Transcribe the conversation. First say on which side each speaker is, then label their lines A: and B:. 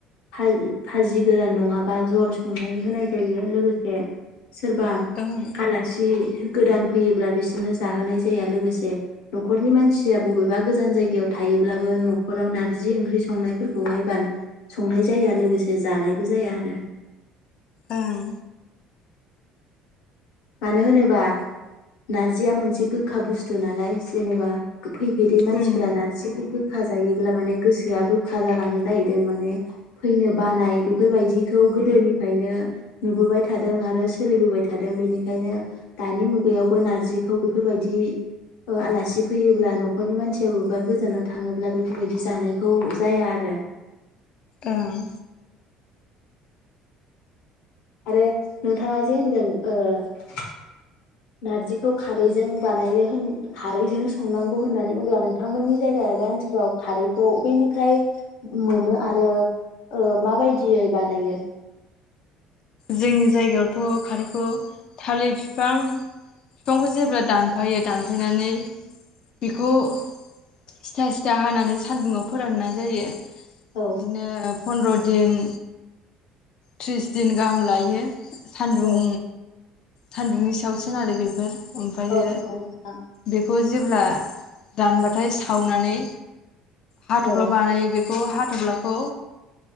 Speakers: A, on the left; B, on the left.
A: फाज फाजि गोरान नङाबा जल संनानै होनाय जायो लोगोसे सोरबा
B: ओं
A: आलासि गोदान फैयोब्ला बिसोरनो जाहोनाय जाया लोगोसे नखरनि मानसिया बबेबा गोजान जायगायाव थायोब्लाबो नखराव नारजि ओंख्रि संनायफोरखौहाय बा संनाय जाया लोगोसे जानायबो जाया आरो ।
B: ओं
A: मानो होनोबा नारजिया मोनसे गोखा बुस्थु नालाय जेनेबा फैफेरै मानसिफोरा
B: उम
A: नारजि <unintelligible> गोखा जायोब्ला माने गोसोआ गोखा जालाङो जाहैदों माने फैनो बानाय बेफोरबायदिखौ गोदोनिफ्रायनो नुबोबाय थादों आरो सोलिबोबाय थादों बेनिख ओंखायनो दानि मुगायावबो नारजिखौ बेफोरबायदि ओ आलासि फैयोब्ला नखरनि मानसि बबेबा गोजानाव थाङोब्ला बेफोरबायदि जानायखौ जाया आरो
B: ओं
A: आरो नोंथाङा जे होनदों ओ नारजिखौ खारैजों बानायो होन खारैजों संनांगौ होननानै अब्ला नोंथांमोननि जायगा एबा ओनसोलाव खारैखौ बबेनिफ्राय मोनो आरो ओ माबायदियै बानायो?
B: जोंनि जायगायावथ खारैखौ थालिर बिफां बिफांखौ जेब्ला दानफायो दानफायनानै बेखौ सिथा सिथा हानानै सानदुंङाव फोराननाय जायो ।
A: औ
B: बिदिनो फन्द्र दिन थ्रिस दिन गाहाम लायो । सान्दुं
A: औ
B: सान्दुंनि सायावसो आरो बेेफोर ओमफायो
A: औ नंगौ नोंथां।
B: बेफ खौ जेब्ला दानबाथाय सावनानै हाथफ्ला
A: औ
B: बानायो बेखौ हा थफ्लाखौ